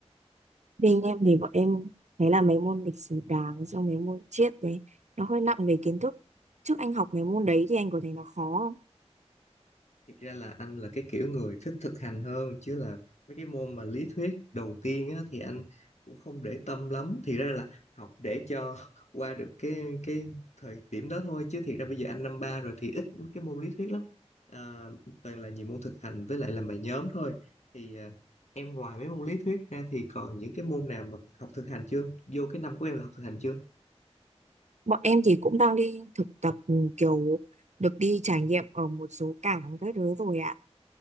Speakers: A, on the right; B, on the left.
A: Bên em thì bọn em thấy là mấy môn lịch sử Đảng xong mấy môn triết đấy nó hơi nặng về kiến thức. Trước anh học mấy môn đấy thì anh có thấy nó khó không?
B: Thực ra là anh là cái kiểu người thích thực hành hơn chứ là mấy cái môn mà lý thuyết đầu tiên á, thì anh cũng không để tâm lắm. Thì ra là học để cho <laughs> qua được cái cái thời điểm đó thôi chứ thiệt ra bây giờ anh năm ba rồi thì ít cái môn lý thuyết lắm. À, toàn là nhiều môn thực hành với lại làm bài nhóm thôi. Thì à, em ngoài mấy môn lý thuyết ra thì còn những cái môn nào mà học thực hành chưa? Vô cái năm của em là học thực hành chưa?
A: Bọn em thì cũng đang đi thực tập ừ, kiểu được đi trải nghiệm ở một số cảng các thứ rồi ạ.